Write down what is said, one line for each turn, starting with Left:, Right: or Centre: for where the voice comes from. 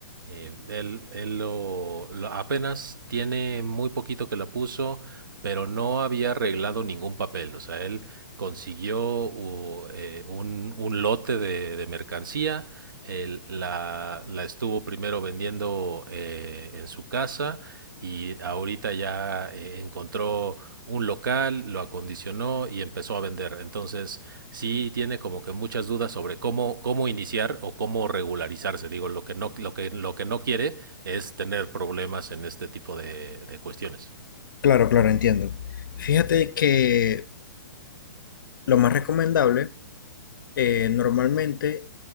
Right: Eh, él él lo, lo- apenas tiene muy poquito que la puso, pero no había arreglado ningún papel. O sea, él consiguió u- eh, un, un lote de, de mercancía, él la, la estuvo primero vendiendo eh, en su casa y ahorita ya eh, encontró un local, lo acondicionó y empezó a vender. Entonces, sí tiene como que muchas dudas sobre cómo, cómo iniciar o cómo regularizarse. Digo, lo que no, lo que, lo que no quiere es tener problemas en este tipo de, de cuestiones.
Left: Claro, claro, entiendo. Fíjate que lo más recomendable eh, normalmente